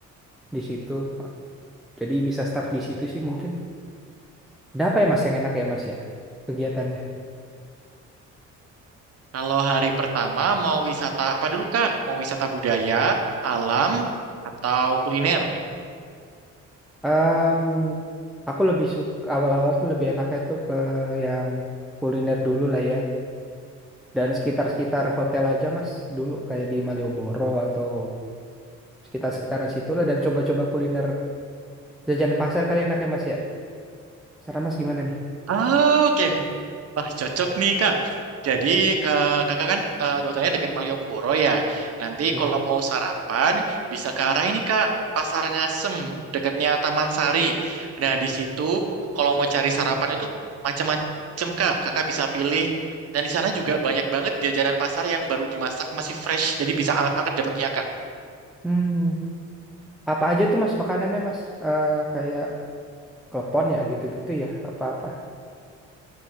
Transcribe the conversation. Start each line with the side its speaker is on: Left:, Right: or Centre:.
Centre: di situ. Jadi bisa start di situ sih mungkin. Ada apa ya Mas yang enak ya Mas ya kegiatannya?
Right: kalau hari pertama mau wisata apa dulu, Kak? Mau wisata budaya, alam, atau kuliner?
Centre: Em, aku lebih suka awal-awal tuh lebih enaknya tuh ke yang kuliner dulu lah ya. Dan sekitar-sekitar hotel aja Mas dulu kayak di Malioboro atau sekitar-sekitaran situ lah dan coba-coba kuliner jajanan pasar kali enaknya mas ya saran mas gimana nih
Right: Ah, Oke, Wah, cocok nih, Kak. Jadi, eh, Kakak kan eh, dokternya dekat Malioboro ya. Nanti
Centre: ya
Right: kalau mau sarapan, bisa ke arah ini, Kak. Pasar Ngasem, dekatnya Taman Sari. Nah, di situ kalau mau cari sarapan itu macam-macam, Kak. Kakak bisa pilih. Dan di sana juga banyak banget jajanan pasar yang baru dimasak, masih fresh. Jadi bisa anget-anget dapatnya, Kak.
Centre: hmm apa aja tuh mas makanannya mas Eh kayak klepon ya gitu-gitu ya apa-apa